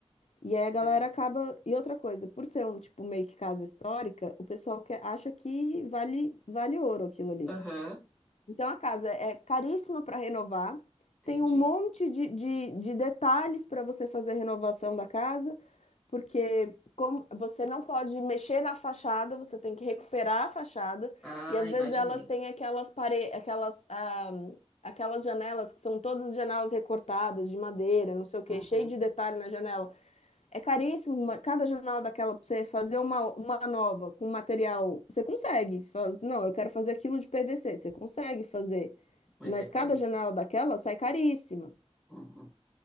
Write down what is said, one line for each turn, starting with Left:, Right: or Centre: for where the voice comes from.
Left: E aí a galera
Centre: É.
Left: acaba. E outra coisa, por ser um tipo meio que casa histórica, o pessoal que acha que vale, vale ouro aquilo ali.
Centre: Aham,
Left: Então a casa é caríssima para renovar,
Centre: entendi.
Left: tem um monte de, de, de detalhes para você fazer a renovação da casa, porque como você não pode mexer na fachada, você tem que recuperar a fachada,
Centre: Ah,
Left: e às
Centre: imaginei.
Left: vezes elas têm aquelas pare... aquelas, ah, aquelas janelas que são todas janelas recortadas de madeira, não sei o quê,
Centre: Uhum,
Left: cheio de detalhe na janela. É caríssimo, uma- cada jornal daquela pra você fazer uma, uma nova com material, você consegue. Faz, não, eu quero fazer aquilo de PVC, você consegue fazer.
Centre: mas
Left: Mas
Centre: é caríssimo.
Left: cada janela daquela sai caríssima.
Centre: Uhum.